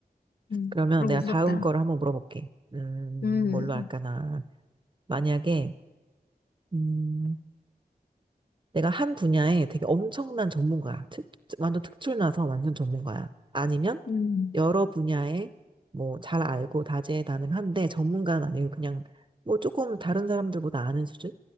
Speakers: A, on the left (about 75°); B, on the right (about 30°).
A: 음,
B: 그러면
A: 그런
B: 내가
A: 거 무섭다.
B: 다음 거를 한번 물어볼게. 음,
A: 음,
B: 뭘로 할까나. 만약에, 음, 내가 한 분야에 되게 엄청난 전문가야. 특, 완전 특출나서 완전 전문가야. 아니면
A: 음.
B: 여러 분야에 뭐 잘 알고 다재다능한데 전문가는 아니고 그냥 뭐 조금 다른 사람들보다 아는 수준?